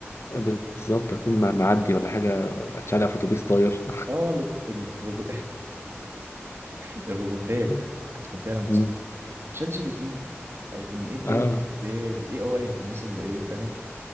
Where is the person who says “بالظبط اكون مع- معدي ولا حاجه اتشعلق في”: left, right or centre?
Left